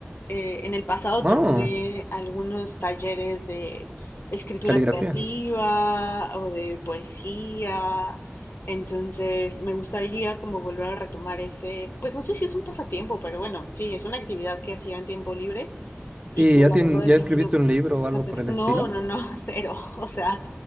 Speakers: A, on the left; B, on the right.
A: Eh, en el pasado
B: Oh,
A: tomé algunos talleres de escritura
B: caligrafía.
A: creativa o de poesía. Entonces, me gustaría como volver a retomar ese, pues no sé si es un pasatiempo, pero bueno, sí, es una actividad que hacía en tiempo libre y
B: ¿Y
A: que
B: ya,
A: la
B: tien-
A: verdad he
B: ya
A: tenido
B: escribiste un libro o algo
A: bastante.
B: por el
A: No,
B: estilo?
A: no, no, <laughs> cero. O sea,